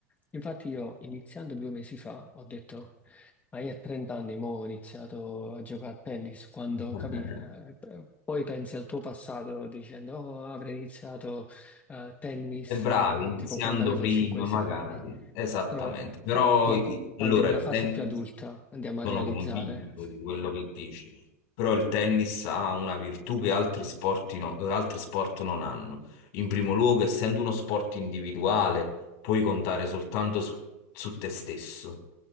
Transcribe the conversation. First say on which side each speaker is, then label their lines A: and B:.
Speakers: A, on the left; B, on the left.
A: Infatti io iniziando due mesi fa ho detto... Ma io a 30 anni mo ho iniziato a giocare a tennis, quando
B: <laughs>
A: capì, eh, p- poi pensi al tuo passato dicendo oh, avrei iniziato eh, tennis
B: E bravi,
A: eh,
B: iniziando
A: tipo quando avevo
B: prima
A: 5-6
B: magari,
A: anni,
B: esattamente.
A: però
B: Però
A: sai, qua-
B: i-
A: qu- quando
B: allora
A: in una
B: il
A: fase
B: tennis,
A: più adulta andiamo
B: sono
A: a realizzare,
B: convinto di quello che dici, però il tennis ha una virtù che altri sport, no- eh, altri sport non hanno. In primo luogo, essendo uno sport individuale, puoi contare soltanto su, su te stesso.